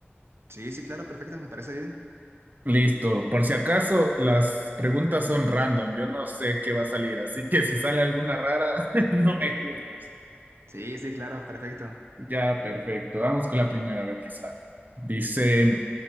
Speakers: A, on the right; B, on the right.
A: Sí, sí, claro, perfecto, me parece bien.
B: Listo. Por si acaso, las preguntas son random. Yo no sé qué va a salir, así que si sale alguna rara, <laughs> no me juzgues.
A: Sí, sí, claro, perfecto.
B: Ya, perfecto. Vamos con la primera, a ver qué sale. Dice,